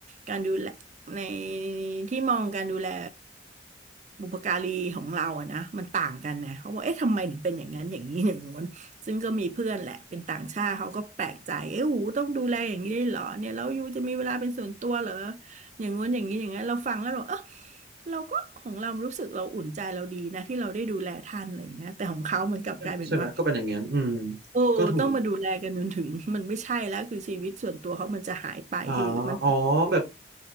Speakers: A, on the right; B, on the right.
A: การดูแลในที่มองการดูแลบุปการีของเราอะนะมันต่างกันนะเขาบอกเอ๊ะทำไมถึงเป็นอย่างนั้นอย่างนี้อย่างงู้นซึ่งก็มีเพื่อนแหละเป็นต่างชาติเขาก็แปลกใจเอ้หูต้องดูแลอย่างนี้ได้วยเหรอเนี่ยแล้วยูจะมีเวลาเป็นส่วนตัวเหรอ อย่างง้นอย่างนี้อย่างนั้นเราฟังแล้วเราเออเราก็ของเรารู้สึกเราอุ่นใจเราดีนะที่เราได้ดูแลท่านอะไรอย่างเงี้ยแต่ของเขามันกลับกลายเป็นว่า
B: ใช่ไหมใช่ไหมก็เป็นอย่างเงี้ยอืม
A: โอ้ต้องมาดูแลกันจนถึงมันไม่ใช่แล้วคือชีวิตส่วนตัวเขามันจะหายไปคือมัน
B: ก็ถูกอ่าอ๋อแบบ